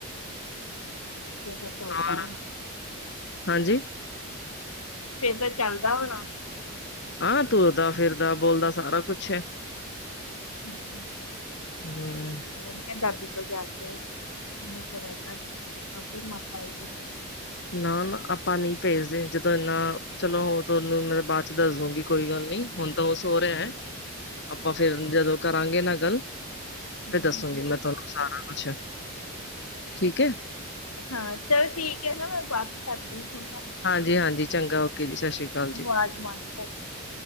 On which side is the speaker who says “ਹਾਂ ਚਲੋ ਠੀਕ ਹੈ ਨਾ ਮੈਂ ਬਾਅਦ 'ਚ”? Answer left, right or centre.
Left